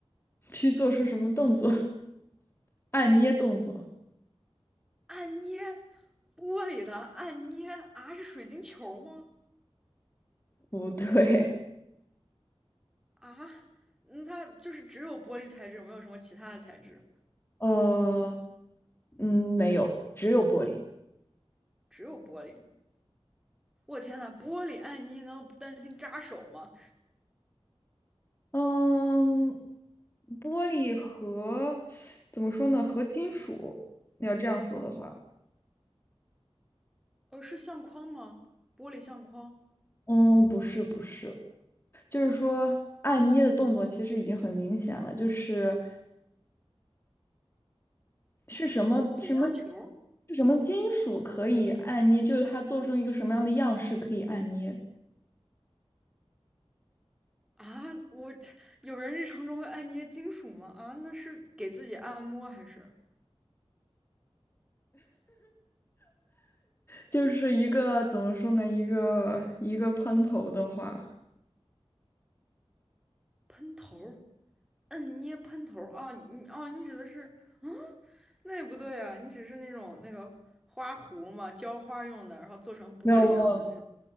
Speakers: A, on the left; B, in the centre.
A: 去做出什么动作？<laughs> 按捏动作？
B: 按捏玻璃的按捏啊，是水晶球吗？
A: 不对，
B: 啊，嗯它就是只有玻璃材质，有没有什么其他的材质，
A: 呃嗯，没有，只有玻璃。
B: 只有玻璃。我天呐，玻璃按捏难道不担心扎手吗？
A: 嗯，玻璃和怎么说呢？和金属，你要这样说的话，
B: 呃，是相框吗？玻璃相框，
A: 嗯，不是不是，就是说按捏的动作其实已经很明显了，就是是什么什么
B: 解压球
A: 是什么金属可以按捏，就是它做成一个什么样的样式可以按捏，
B: 啊？我这有人日常中会按捏金属吗？啊，那是给自己按摩还是
A: 就是一个怎么说呢？一个一个喷头的话，
B: 喷头？嗯，捏喷头儿哦，你哦，你指的是，嗯，那也不对啊，你只是那种那个花壶嘛，浇花用的，然后做成玻璃一样的那种
A: 没有没有